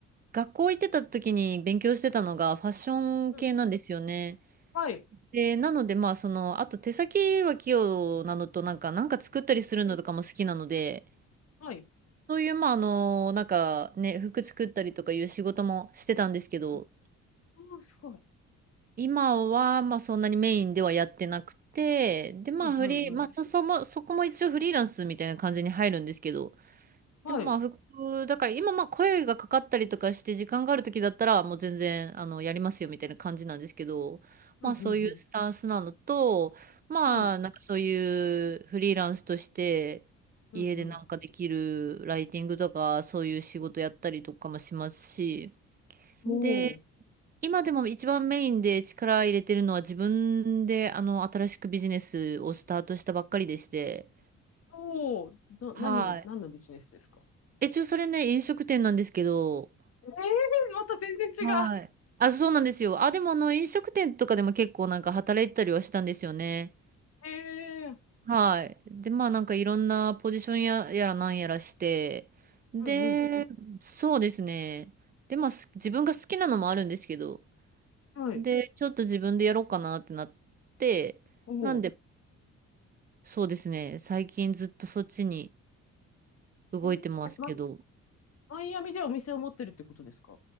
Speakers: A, on the right; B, on the left.
A: 学校行ってた時に勉強してたのがファッション系なんですよね。
B: ー。うん。はい。
A: で、なのでまあその、あと手先は器用なのとなんか、なんか作ったりするのとかも好きなので、
B: うん。はい。
A: そういうまああの、なんかね、服作ったりとかいう仕事もしてたんですけど、
B: うん。おー、すごい。
A: 今はまあそんなにメインではやってなくて、でまあフリー、
B: うんうんうん。
A: まあそ、そも、そこも一応フリーランスみたいな感じに入るんですけど、
B: はい。
A: でもまあ服、だから今まあ声がかかったりとかして時間がある時だったらもう全然あのやりますよみたいな感じなんですけど、
B: うんうんうん。
A: まあそういうスタンスなのと、まあなんかそういうフリーランスとして家でなんかできるライティングとかそういう仕事やったりとかもしますし、
B: はい。うんうん。おお。
A: で、今でも一番メインで力入れてるのは自分であの新しくビジネスをスタートしたばっかりでして、
B: おお。な、何を、
A: はい。
B: 何のビジネスですか
A: え、ちょ、それね、飲食店なんですけど、
B: ええーまた全然違う。
A: はい。あ、そうなんですよ。あ、でもあの飲食店とかでも結構なんか働いてたりはしたんですよね。
B: ええー
A: はい。で、まあなんかいろんなポジションや、やらなんやらして。で、
B: うんうん。
A: そうですね。で、まあす自分が好きなのもあるんですけど、
B: はい。
A: で、ちょっと自分でやろうかなってなって、
B: おう。
A: なんで、そうですね。最近ずっとそっちに動いてますけど。
B: ええーま、マイアミでお店を持ってるってことですか